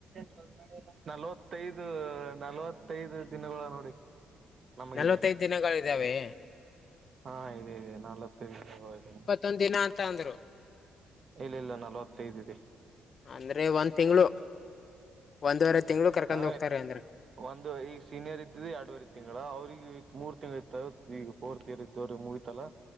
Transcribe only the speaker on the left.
ನಲ್ವತ್ತೈದ್ ದಿನಗಳಿದಾವೆ
ಮತ್ತೊಂದ್ ದಿನಾ ಅಂತ್ ಅಂದ್ರು
ಅಂದ್ರೆ ಒಂದ್ ತಿಂಗಳು ಒಂದುವರೆ ತಿಂಗಳು ಕರ್ಕೊಂಡ್
ಹೋಗ್ತಾರೆ ಅಂದ್ರೆ